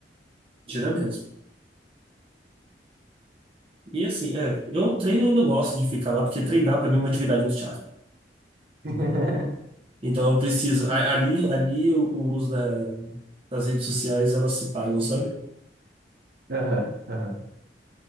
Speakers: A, on the right; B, on the right.
A: Tira mesmo. E assim, é, eu treino ainda gosto de ficar lá, porque treinar para mim é uma atividade muito chata.
B: <laughs>
A: Então eu preciso. a- Ali, ali o o uso da, das redes sociais elas se pagam, sabe?
B: Aham, aham.